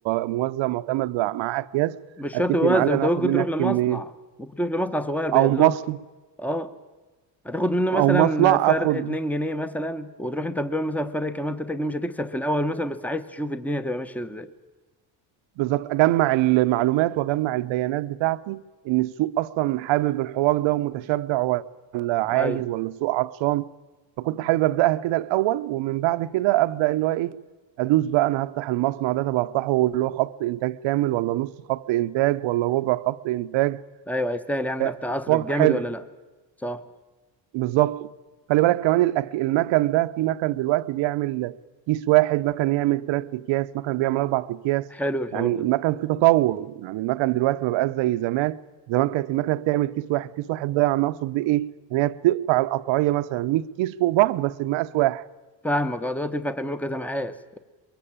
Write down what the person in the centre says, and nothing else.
مش
شرط يوزع
انت ممكن
تروح لمصنع
ممكن تروح لمصنع صغير بيقلب
اه هتاخد منه مثلا
فرق
2 جنيه مثلا وتروح انت تبيعه مثلا فرق كمان 3 جنيه مش هتكسب في الاول مثلا بس عايز تشوف الدنيا تبقى ماشيه ازاي
ايوه
ايوه هيستاهل يعني النفط
اصرف
جامد
ولا لا صح
حلو الحوار
ده
فاهمك اه دلوقتي ينفع تعمله كذا مقاس